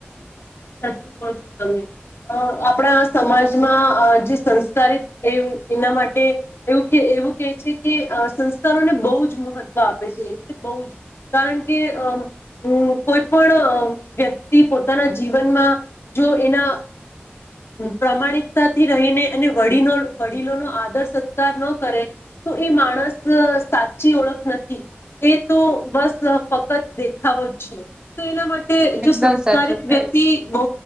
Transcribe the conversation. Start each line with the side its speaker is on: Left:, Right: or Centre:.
Left: સાચું કો છો તમે અ આપણા સમાજમાં અ જે સંસ્કારી છે એના માટે એવું કે એવું કેહે છે કે અ સંસ્કારોને બહુ જ મહત્વ આપે છે એટલે બહુ જ કારણ કે અ અ કોઈ પણ વ્યક્તિ પોતાના જીવનમાં જો એના પ્રમાણિકતાથી રહીને એ વડીનો વડીલોનો આદર સત્કાર ન કરે તો એ માણસ સાચી ઓળખ નથી એ તો બસ ફક્ત દેખાવો જ છે તો એના માટે
Right: એકદમ
Left: જો સંસ્કારિત
Right: સાચું કહ્યું
Left: વ્યક્તિ બહુ